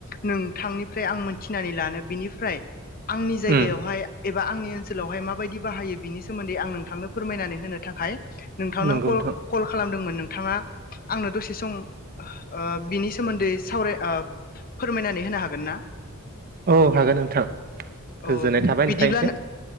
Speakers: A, on the left; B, on the right.
A: नोंथांनि फ्राय आं मोनथिनानै लानो बिनिफ्राय आंनि जायगायावहाय
B: उम
A: एबा आंनि ओनसोलावहाय माबायदि बाहायो बिनि सोमोन्दै आं नोंथांनो फोरमायनानै होनो थाखाय नोंथांनाव
B: नंगौ
A: कल
B: नोंथां
A: कल खालामदोंमोन नोंथाङा आंनो दसे सम' ओ बिनि सोमोन्दै सावराय ओ फोरमायनानै होनो हागोन ना
B: औ हागोन नोंथां गोजोननाय
A: अ
B: थाबाय
A: बिदिब्लानो
B: नोंथांनिसिम